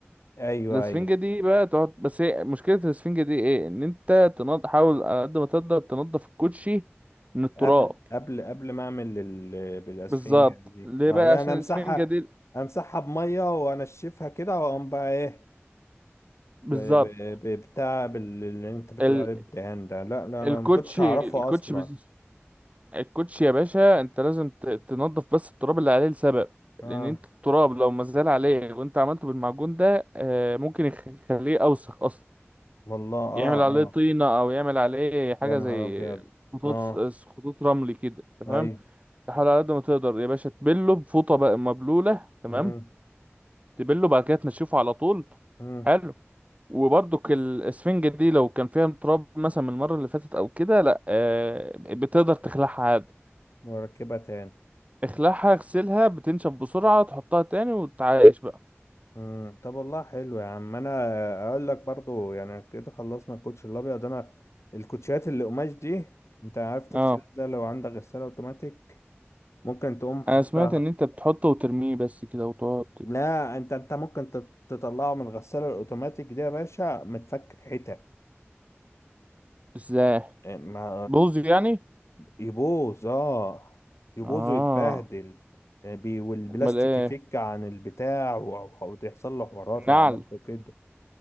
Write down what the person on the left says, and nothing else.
ايوه
ايوه
قبل قبل قبل ما اعمل ال- بالاسفنج
دي
اه
يعني
امسحها
امسحها بميه وانشفها كده واقوم بقى ايه
ب- ب- ب- بتاع بال- اللي انت بتقول
عليه بالدهان ده لا لا انا
ما كنتش اعرفه
اصلا
اه
والله اه
اه
يا نهار
ابيض
اه
ايوه
امم
امم
واركبها تاني
امم طب والله حلو يا عم انا اقول لك برضو يعني كده خلصنا الكوتش الابيض انا الكوتشيات اللي قماش دي انت عارف تغسلها
ازاي لو عندك غساله اوتوماتيك ممكن تقوم حاططها
لا انت انت ممكن تت- تطلعه من الغساله الاوتوماتيك دي يا باشا متفكك حتت
إيه، ما
يبوظ اه يبوظ
ويتبهدل إيه، بي- والبلاستيك
يفك عن البتاع و- وتحصل له حوارات
لو عملت كده